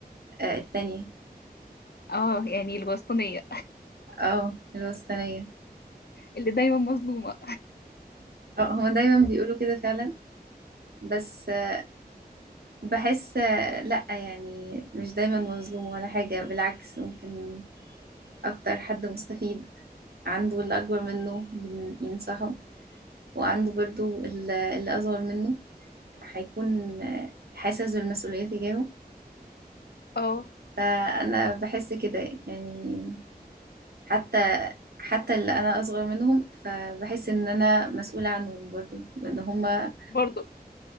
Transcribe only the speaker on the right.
أه، التانية
اه الوسطانيه
اه هما دايما بيقولوا كده فعلا بس أه، بحس أه، لا يعني مش دايما مظلوم ولا حاجه بالعكس ممكن اكتر حد مستفيد عنده اللي اكبر منه ين- ينصحه وعنده برضو ال- اللي اصغر منه هيكون أه، حاسس بالمسؤوليه تجاهه
فأنا بحس كده يعني حتى حتى اللي أنا أصغر منهم فبحس إن أنا مسؤولة عنهم برضو وإن هما